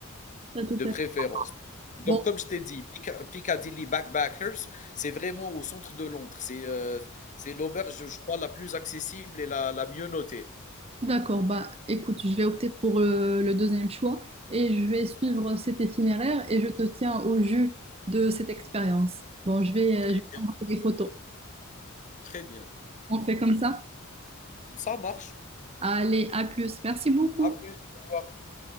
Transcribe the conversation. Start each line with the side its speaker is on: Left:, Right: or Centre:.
Right: T'as tout
Left: de
Right: fait.
Left: préférence, oui. Donc
Right: Bon,
Left: comme je t'ai dit, Pica Piccadilly Backpackers, c'est vraiment au centre de Londres. C'est, heu, c'est l'auberge, je crois, la plus accessible et la la mieux notée.
Right: d'accord, bah écoute, je vais opter pour euh, le deuxième choix et je vais suivre cet itinéraire et je te tiens au jus de cette expérience. Bon, je vais, euh,
Left: Très
Right: je vais
Left: bien,
Right: envoyer des photos.
Left: très bien.
Right: On fait comme ça?
Left: Ça marche.
Right: Allez, à plus. Merci beaucoup.
Left: À plus, au revoir.